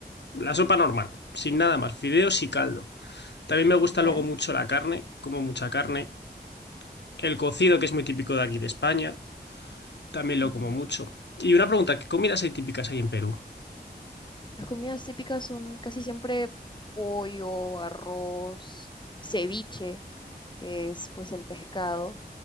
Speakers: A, on the left; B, on the left.
A: La sopa normal, sin nada más, fideos y caldo. También me gusta
B: Ya.
A: luego mucho la carne, como mucha carne. El cocido, que es muy típico de aquí de España, también lo
B: ujú.
A: como mucho. Y una pregunta, ¿qué comidas hay típicas ahí en Perú?
B: Las comidas típicas son casi siempre pollo, arroz, ceviche, que es pues el pescado.